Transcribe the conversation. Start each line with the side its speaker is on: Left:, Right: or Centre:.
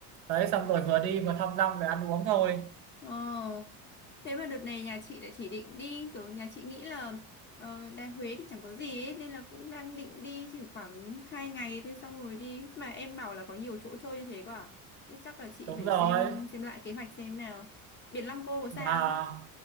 Right: đấy xong rồi vừa đi vừa thăm dăm về ăn uống thôi
Left: ờ Thế mà đợt này nhà chị lại chỉ định đi, kiểu nhà chị nghĩ là ờ, Đà Huế thì chẳng có gì ấy, nên là cũng đang định đi chỉ khoảng 2 ngày thôi xong rồi đi. Mà em bảo là có nhiều chỗ chơi như thế quá à? Thế chắc là chị
Right: đúng
Left: phải
Right: rồi
Left: xem xem lại kế hoạch xem nào. Biển Lăng Cô có sao
Right: mà
Left: không?